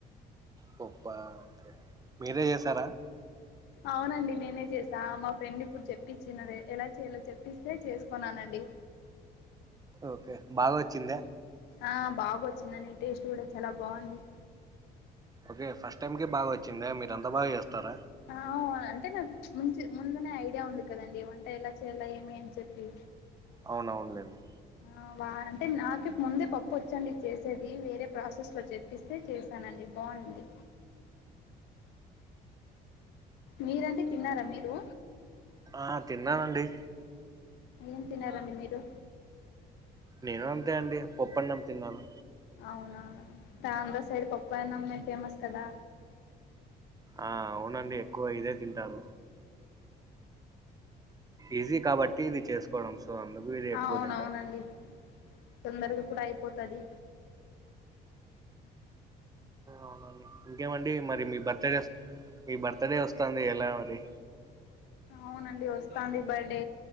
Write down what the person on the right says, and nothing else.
పప్ప ఒకే మీరే చేసారా
ఓకే బాగా వచ్చిందా
ఓకే ఫస్ట్ టైమ్ కి బాగా వచ్చిందా మీరు ఎంత బాగా చేస్తారా
అవునవునులేండి
ఆ తిన్ననండి
నేను అంతే అండి పప్పు అన్నం తిన్నాను
ఆ అవునండి ఎక్కువ ఇదే తింటారు ఈజీ కాబట్టి ఇది చేసుకోవడం సో అందుకు ఇది ఎక్కువ
తింటారు
అవునండి ఇంకేమండి మరి మీ బర్త్ డే మీ బర్త్ బర్త్ డే వస్తాంది ఎలా మరి